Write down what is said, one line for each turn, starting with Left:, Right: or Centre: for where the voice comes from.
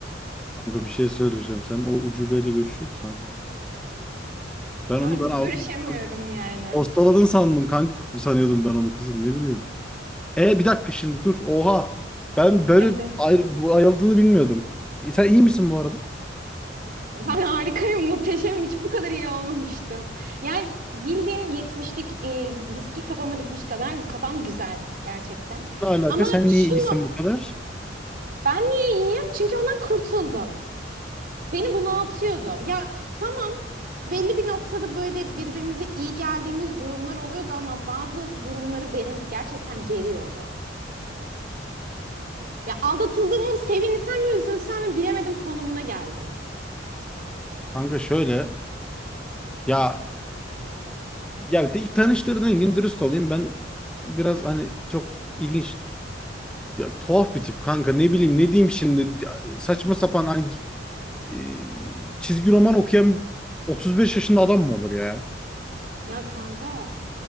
Centre: Kanka bir şey söyleyeceğim. Sen o ucubeyle görüşüyor musun hala? Ben
Right: Artık
Centre: onu ben aldım.
Right: görüşemiyorum
Centre: Çok
Right: yani.
Centre: postaladın sandım kanka. Sanıyordum ben onu kızım ne bileyim. E bir dakika şimdi dur. Oha. Ben böyle
Right: Evet.
Centre: ayrı, bu ayrıldığını bilmiyordum. E, Sen iyi misin bu arada?
Right: Ben harikayım, muhteşemim. Hiç bu kadar iyi olmamıştım. Yani bildiğin 70'lik e, viski kafama dikmiş kadar kafam güzel gerçekten.
Centre: Ne alaka?
Right: Ama
Centre: Sen
Right: şu
Centre: niye iyisin
Right: nokta,
Centre: bu kadar?
Right: ben niye iyiyim? Çünkü ondan kurtuldum. Beni bunaltıyordu. Ya tamam belli bir noktada böyle birbirimize iyi geldiğimiz durumlar oluyordu ama bazı durumları beni gerçekten geriyordu. Ya aldatıldığımı sevinsem mi üzülsem mi bilemedim konumuna geldim.
Centre: Kanka şöyle ya ya ilk tanıştırdığın gün dürüst olayım ben biraz hani çok ilginç ya, tuhaf bir tip kanka ne bileyim ne diyeyim şimdi Ya, saçma sapan hani e, çizgi roman okuyan 35 yaşında adam mı olur ya?
Right: Ya kanka